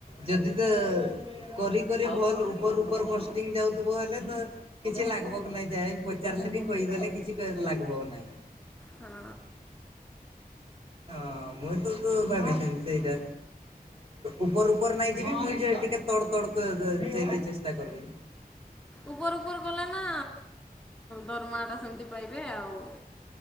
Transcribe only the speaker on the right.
ଯଦି ତ କରି କରି ଭଲ ଉପର ଉପର ପଷ୍ଟିଂ ଯାଉଥିବ ହେଲେ ତ କିଛି ଲାଗିବ କି ନାଇଁ ଯାଇ ପଚାରିଲେ ବି କହିଦେଲେ କିଛି ଲାଗିବ ନାଇଁ।
ହଁ, ମୁଁ ତ, ତ ଭାଡ଼େଇସି ସେଇଟା। ଉପର ଉପର ନାଇଁ ଯିବି ମୁଁ ଟିକେ ତଡ଼, ତଡ଼ କ ଯାଇକି ଚେଷ୍ଟା କରିବି।